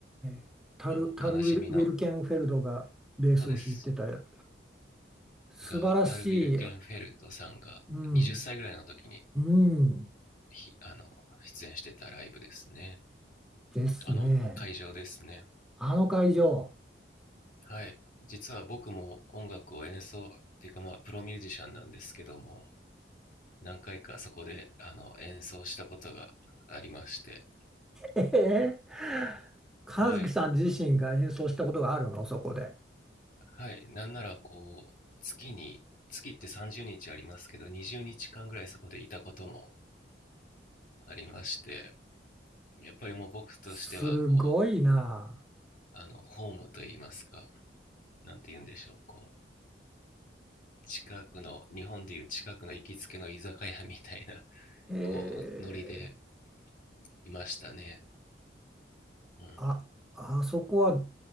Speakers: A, in the centre; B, on the left.
A: えタル、
B: あの、
A: タルウィル、
B: 悲しみの、
A: ウィルケンフェルドがベースを弾いてたやつ
B: そうです、
A: 素晴らしい。
B: が、タル・ウィルケンフェルドさんが20歳ぐらいの時に、
A: うん。うん。
B: ひあの、出演してたライブですね。
A: ですね。
B: あの、会場ですね。
A: あの会場。
B: はい。実は僕も音楽を演奏、っていうかまあ、プロミュージシャンなんですけども、何回かそこであの演奏したことがありまして、
A: ええ和樹さん自身が演奏したことがあるのそこで。
B: はい、はい、なんならこう、月に、月って30日ありますけど、20日間ぐらいそこでいたこともありまして、やっぱりもう僕としては、
A: すごいな。
B: こう、あの、ホームといいますか、なんて言うんでしょう、こう、近くの、日本でいう近くの行きつけの居酒屋みたいな、
A: ええ
B: こう、ノリでいましたね。うん。
A: あ、あそこは